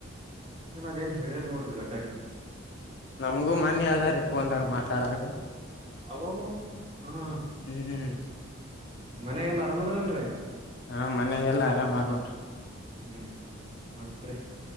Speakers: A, on the right; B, on the left.
A: ಏ ಅದೇನ್ ಹೇಳಲ್ ನೋಡ್ರೀ ಗಡ್ಡಡಿ.
B: ನಮ್ಗೂ ಮನ್ನೀೇ ಅದ ರೀ ಪೋನಗ ಮಾತಾಡರೀ.
A: ಅಬಬಬ ಹಾ
B: ಹ್ಮ್ ಹ್ಮ
A: ಮನ್ಯಾಗೆಲ್ಲ ಆರಾಮದರಲ್ರೀ.
B: ಹಾ ಮನ್ಯಾಗೆಲ್ಲಾ ಆರಾಮ್ಅವ್ರ್ ನೊಡ್ರೀ.
A: ಹ್ಮ್ ಹ್ಮ್ ಮತ್ರೀ.